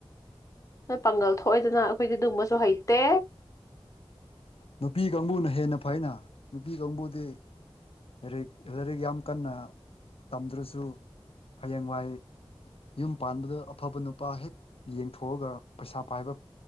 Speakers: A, on the left; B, on the left.
A: ꯅ ꯄꯥꯡꯒꯜ ꯊꯣꯛꯑꯏꯗꯅ ꯑꯩꯈꯣꯏꯗꯤ ꯨꯝꯕꯁꯨ ꯍꯩꯇꯦ
B: ꯅꯨꯄꯤ ꯀꯥꯡꯕꯨꯅ ꯍꯦꯟꯅ ꯐꯅ ꯅꯨꯄꯤ ꯀꯥꯡꯕꯨꯗꯤ ꯂꯥꯏꯔꯤꯛ ꯂꯥꯏꯔꯤꯛ ꯌꯥꯝ ꯀꯟꯅ ꯇꯝꯗ꯭ꯔꯁꯨ ꯍꯌꯦꯡꯋꯥꯏ ꯌꯨꯝ ꯄꯥꯟꯕꯗ ꯑꯐꯕ ꯅꯨꯄꯥ ꯍꯦꯛ ꯌꯦꯡꯊꯣꯛꯑꯒ ꯄꯩꯁꯥ ꯄꯥꯏꯕ